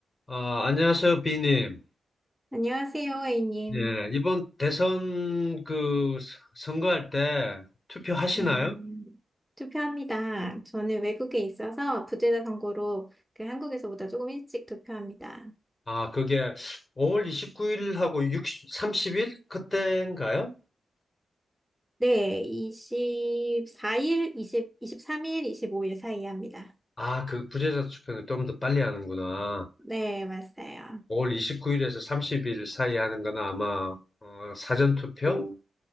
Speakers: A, on the left; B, in the centre.
A: 아, 안녕하세요, 비님.
B: 안녕하세요, A님.
A: 예, 이번 대선 그 서- 선거할 때 투표하시나요?
B: 네. 투표합니다. 저는 외국에 있어서 부재자 선거로 그 한국에서보다 조금 일찍 투표합니다.
A: 아, 그게 5월 29일하고 6 30일? 그때인가요?
B: 네, 2사일 이십, 이십3일 25일 사이에 합니다.
A: 아, 그 부재자 투표는 좀 더 빨리 하는구나.
B: 네, 맞아요.
A: 5월 29일에서 30일 사이 하는 거는 아마 어, 사전 투표?